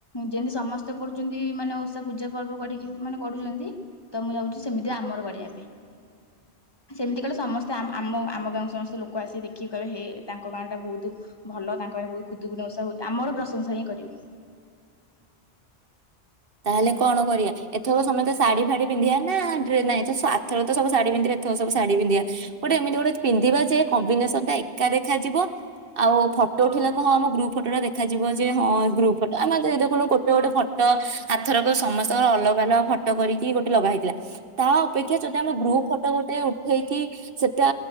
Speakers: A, on the left; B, on the right.
A: ଯେମିତି ସମସ୍ତେ କରୁଛନ୍ତି ମାନେ ଓଷା ପୂଜା ପର୍ବ କରିକି ମାନେ କରୁଛନ୍ତି ତ ମୁଁ ଯାଉଛି ସେମିତି ଆମର କରିବା ପାଇଁ ସେମିତି କଲେ ସମସ୍ତେ ଆମ ଆମ ଗାଁ ସମସ୍ତେ ଲୋକ ଆସିିକି ଦେଖିକି କହିବେ ହେ ତା ତାଙ୍କ ଗାଁ ଟା ବହୁତ ଭଲ ତାଙ୍କ ଆାନ ବହୁତ ଖୁଦକୁ ନସା ହଉଛି ଆମର ପ୍ରଶଂସା ହିଁ କରିବେ
B: ତାହେଲେ କଣ କରିବା ଏଥର ତ ସମସ୍ତେ ଶଢୀ ଫାଢୀ ପିନ୍ଧିବା ନା ନଁ ଆଥର ତ ସବୁ ଶଢୀ ପିନ୍ଧିବା ଏଥ ସବ ଶାଢୀ ପିନ୍ଧିବା ଗୋଟେ ଏମିତି ଗୋଟେ ପିନ୍ଧିବା ଯେ କମ୍ବିନେସନ୍ ଟା ା ଦେଖାଯିବ ଆଉ ଫଟୋ ଉଠେଇା କ ହଁ ଆମ ଗ୍ରୁପ ଫଟୋଟା ଦେଖାଯିବ ଯେ ହଁ ଗ୍ରୁପ ଆମର ଯ ଦେଖଣୁ ଗୋଟେ ଗୋଟେ ଫଟୋ ସମସ୍ତଙ୍କର ଅଲଗା ଫଟୋ କରିକି ଗୋଟେ ଲଗା ହେଇଥିଲା। ତା ଅପେକ୍ଷା ଯଦି ଆମେ ଗ୍ରୁପ ଫଟୋ ଗୋଟେ ଉଠେଇକି ସେଟା